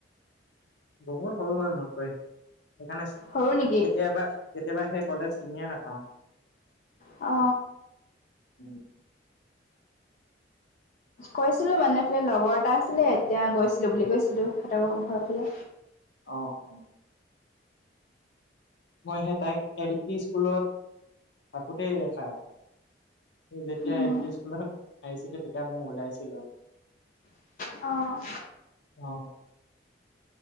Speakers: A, on the left; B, on the left.
A: বহুত সৰু হৈ মোত কৈ সেইকাৰণে
B: সৰু নেকি
A: কেতিয়াবা কেতিয়াবা সেই কলেজ চিনিয়ে নাপাওঁ।
B: অ
A: উম।
B: কৈছিলো মানে ফালে লগৰ এটা আছিলে এতিয়া গৈছিলো বুলি কৈছিলো সিহঁতৰ ঘৰৰ ফালে।
A: অ অ। মই সেই তাইক এল পি স্কুলত থাকোঁতেই দেখা তই যেতিয়া
B: উম,
A: এল পি স্কুলত আহিছিলি তেতিয়া মই ওলাইছিলো।
B: অ
A: অ